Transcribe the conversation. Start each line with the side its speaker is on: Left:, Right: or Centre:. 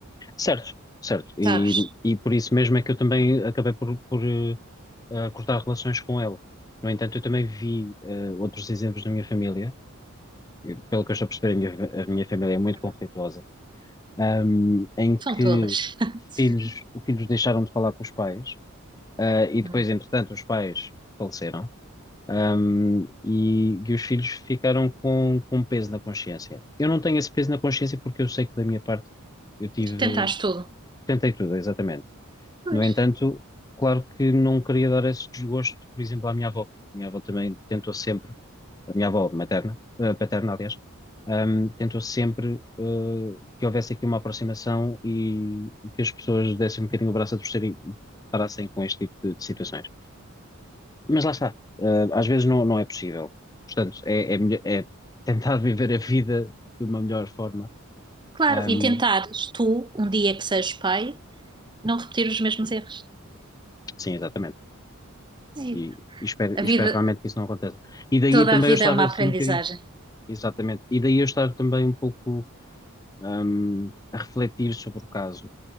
Left: Certo, certo. E,
Right: sabes?
Left: e por isso mesmo é que eu também acabei por, por, eh, a cortar relações com ele. No entanto, eu também vi eh, outros exemplos na minha família, e pelo que eu estou a perceber, a minha, a minha família é muito
Right: Uhum.
Left: conflituosa, ahm, em que
Right: São todas. <laughs>
Left: filhos, filhos deixaram de falar com os pais, ah, e
Right: Uhum.
Left: depois, entretanto, os pais faleceram, ahm, e, e os filhos ficaram com, com peso na consciência. Eu não tenho esse peso na consciência porque eu sei que da minha parte eu tive,
Right: Tentares tudo.
Left: tentei tudo, exatamente.
Right: Pois.
Left: No entanto, claro que não queria dar esse desgosto, por exemplo, à minha avó. A minha avó também tentou sempre, a minha avó materna, eh, paterna, aliás, ahm, tentou sempre, eh, que houvesse aqui uma aproximação e que as pessoas dessem um bocadinho o braço a torcer e parassem com este tipo de, de situações. Mas lá está, eh, às vezes não, não é possível. Portanto, é, é melhor- é tentar <laughs> viver a vida de uma melhor forma.
Right: Claro,
Left: Ahm,
Right: e tentares tu, um dia que sejas pai, não repetir os mesmos erros.
Left: sim, exatamente.
Right: É
Left: E,
Right: isso.
Left: e espero,
Right: A
Left: e
Right: vida,
Left: espero realmente que isso não aconteça. E daí
Right: toda
Left: também
Right: a vida
Left: eu estava
Right: é uma
Left: assim
Right: aprendizagem.
Left: um bocadinho Exatamente. E daí eu estar também um pouco, hum, a refletir sobre o caso